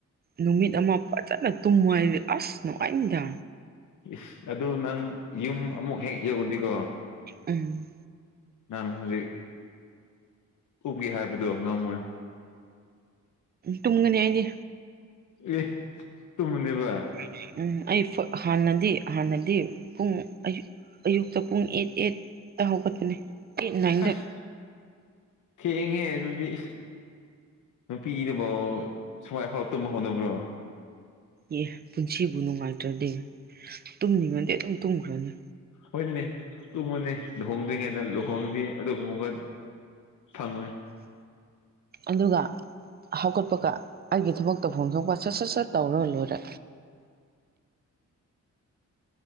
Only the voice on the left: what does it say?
ꯏꯁ ꯑꯗꯨ ꯅꯪ ꯌꯨꯝ ꯑꯃꯨꯛ ꯍꯦꯛ ꯌꯧꯔꯗꯤꯀꯣ
ꯅꯪ ꯍꯨꯖꯤꯛ ꯇꯨꯝꯒꯦ ꯍꯥꯏꯕꯗꯣ ꯉꯝꯃꯣꯏ
ꯑꯦ ꯇꯨꯝꯗꯨꯏꯕ
ꯑꯁ ꯊꯦꯡꯉꯦ ꯑꯗꯨꯗꯤ ꯅꯨꯄꯤꯅꯕꯨ ꯁꯨꯃꯥꯏ ꯐꯥꯎ ꯇꯨꯝ ꯍꯧꯅꯕ꯭ꯔꯣ
ꯍꯣꯏ ꯑꯗꯨꯅꯦ ꯇꯨꯝꯃꯣꯅꯦ ꯂꯨꯍꯣꯡꯗ꯭ꯔꯤꯉꯩꯗ ꯂꯨꯍꯣꯡꯉꯗꯤ ꯑꯗꯨꯒꯨꯝꯕ ꯐꯪꯉꯣꯏ